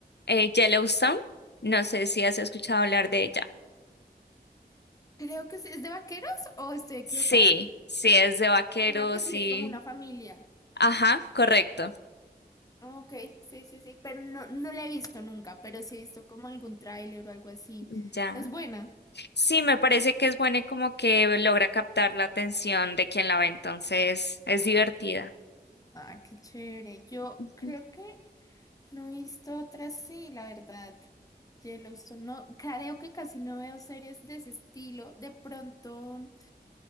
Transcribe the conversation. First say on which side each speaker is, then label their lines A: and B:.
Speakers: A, on the left; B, on the left.
A: eh, Yellowstone. No sé si has escuchado hablar de ella.
B: Creo que sí. ¿Es de vaqueros o estoy equivocada?
A: Sí, sí es de vaqueros
B: Creo que sí,
A: y...
B: es como una familia.
A: Ajá, correcto.
B: Ok, sí, sí, sí, pero no, no la he visto nunca, pero sí he visto como algún tráiler o algo así.
A: Ya.
B: Es buena.
A: Sí, me parece que es buena y como que logra captar la atención de quien la ve, entonces es divertida.
B: Ah, qué chévere. Yo
A: Ujú.
B: creo que no he visto otras, sí, la verdad. Yellowstone, no, creo que casi no veo series de ese estilo. De pronto.